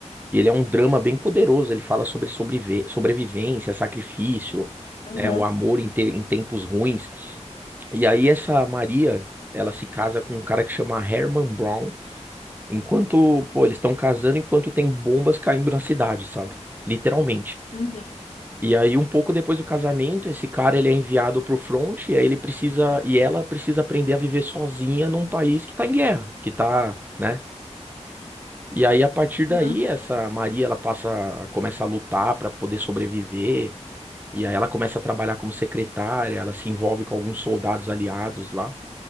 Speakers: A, on the right; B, on the left.
A: E ele é um drama bem poderoso. Ele fala sobre sobrevi- sobrevivência, sacrifício,
B: uhum,
A: né, o amor em, te- em tempos ruins. E aí essa Maria, ela se casa com um cara que chama Herman Brown. Enquanto, pô, eles estão casando enquanto tem bombas caindo na cidade, sabe? Literalmente.
B: uhum,
A: E aí um pouco depois do casamento, esse cara ele é enviado pro front e aí ele precisa e ela precisa aprender a viver sozinha num país que tá em guerra, que tá, né? E aí, a partir daí,
B: uhum.
A: essa Maria, ela passa, começa a lutar para poder sobreviver, e aí ela começa a trabalhar como secretária, ela se envolve com alguns soldados aliados lá,